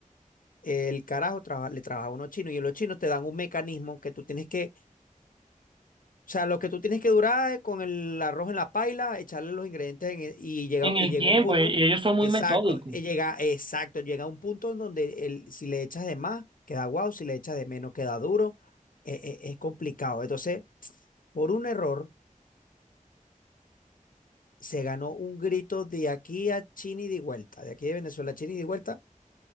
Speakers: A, on the left; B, on the right.
A: El carajo trabaja- le trabaja a unos chinos y los chinos te dan un mecanismo que tú tienes que o sea, lo que tú tienes que durar es con el arroz en la paila, echarle los ingredientes en e- y llega,
B: En el
A: y llega
B: tiempo,
A: un punto.
B: y y ellos son muy
A: Exacto,
B: metódicos.
A: y llega, exacto, llega un punto en donde el, si le echas de más, queda guau, si le echas de menos, queda duro. e- e- es complicado. Entonces, por un error, se ganó un grito de aquí a Chini de vuelta, de aquí de Venezuela a Chini de vuelta,